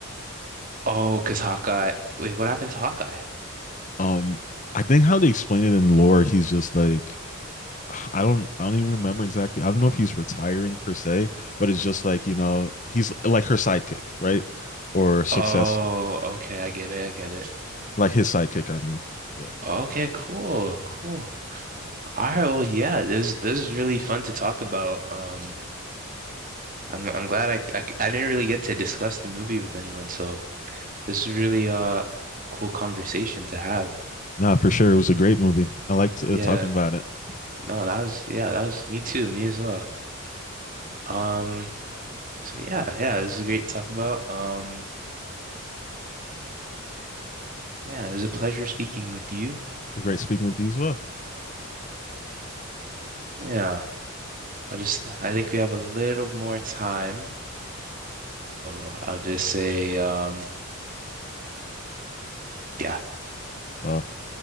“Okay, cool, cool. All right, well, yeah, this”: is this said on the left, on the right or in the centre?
Right